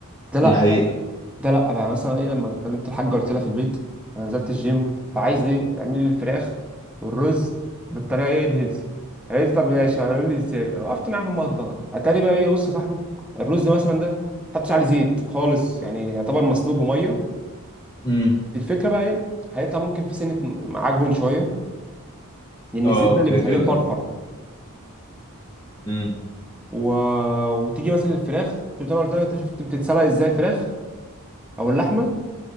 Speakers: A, in the centre; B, on the left.
A: ده لا
B: دي حقيقة
A: بقى- ده لا بقى مثلا ايه لما كلمت الحاجه قلت لها في البيت انا نزلت الجيم فعايز ايه اعملي لي الفراخ والرز بالطريقه ايه الهيلثي قالت لي طب ماشي قالوا لي ازاي وقفت معاها في المطبخ اتاري بقى ايه بص يا صاحبي الرز مثلا ده ما حطيتش عليه زيت خالص يعني يعتبر مسلوق بميه
B: امم
A: الفكره بقى ايه هيطلع ممكن في سنه م- معجون شويه لان
B: اه
A: الزيت ده اللي
B: كده
A: بيخليه
B: كده
A: مفرفر
B: طبعا امم
A: و... وتيجي مثلا الفراخ شفت انا قلت لك انت شفت بتتسلق ازاي الفراخ او اللحمه